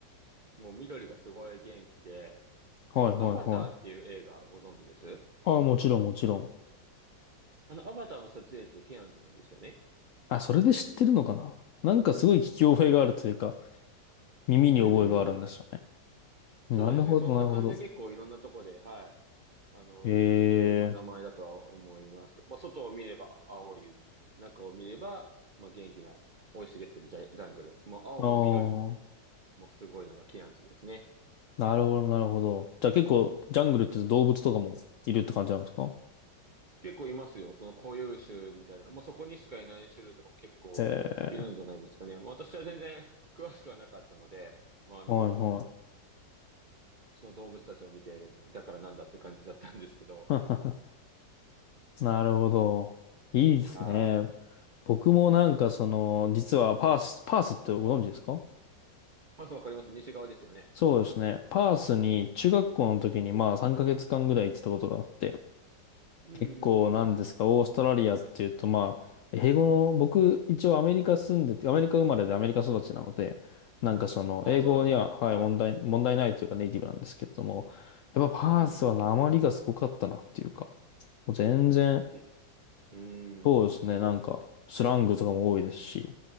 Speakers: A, on the right; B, on the left.
A: もう緑がすごい元気で、
B: はいはいはい。
A: あの、アバターっていう映画ご存知です
B: ああ、もちろんもちろん。
A: あの、アバターの撮影地、ケアンズなんですよね。
B: あ、それで知ってるのかななんかすごい聞き覚えがあるというか、耳に覚えがあるんですよね。
A: うんうん。
B: なるほど、
A: そうですね。そんな感じで結構いろんなとこで、
B: なるほど。
A: はい。あの、
B: え
A: 耳にする、まあ、
B: えー
A: 名前だとは思います。まあ、外を見れば青い海、中を見れば、まあ、元気な、生い茂ってるジャジャングル。もう青も緑も、
B: ああ
A: もうすごいのがケアンズですね。
B: なるほど、なるほど。じゃあ結構、ジャングルって動物とかもいるって感じなんですか
A: 結構いますよ。その固有種みたいな。もうそこにしかいない種類とかも結構いるんじゃないですかね。
B: ええ
A: 私は全然詳しくはなかったので、まあ、あの、
B: ーはい、はい。
A: その動物たちを見て、だからなんだって感じだったんですけど。
B: <laughs> なるほど。いいですね。
A: はい。
B: 僕もなんかその、実はパース、パースってご存知ですか
A: パスわかります西側ですよね。
B: そうですね。パースに中学校の時にまあ3ヶ月間ぐらい行ってたことがあって、
A: うんうんうん。
B: 結構なんですか、オーストラリアっていうと、まあ、英語の、僕、一応アメリカ住んでて、アメリカ生まれでアメリカ育ちなので、なんかその、
A: あ、
B: 英語には、
A: そうなんですね。
B: はい、
A: はい。
B: 問題、問題ないというかネイティブなんですけれども、やっぱパースは訛りがすごかったなっていうか、
A: うんうん。
B: もう全然、
A: え、うん。
B: そうですね、なんか、スラングとかも多いですし、っ